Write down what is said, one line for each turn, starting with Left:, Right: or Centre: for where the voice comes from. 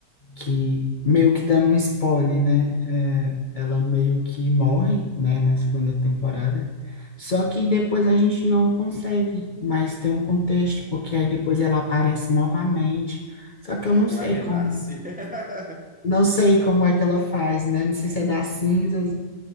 Left: que meio que dando um spoiler, né? é, ela meio que morre, né, na segunda temporada. Só que depois a gente não consegue mais ter um contexto, porque aí depois ela aparece novamente. Só que eu não
Centre: Ela
Left: sei
Centre: renasce.
Left: como,
Centre: <laughs>
Left: não sei como é que ela faz, né? Não sei se é das cinzas,